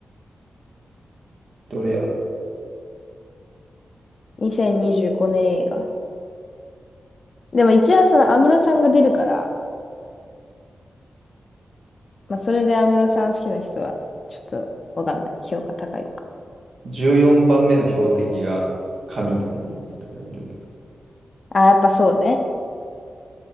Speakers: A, on the right; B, on the left.
A: どれやろ
B: 2025年映画。でも一応その安室さんが出るから、まあそれで安室さん好きな人は、ちょっとわかんない。評価高いのか。
A: ?14 番目の標的が、神という人がいるんです。
B: ああ、やっぱそうね。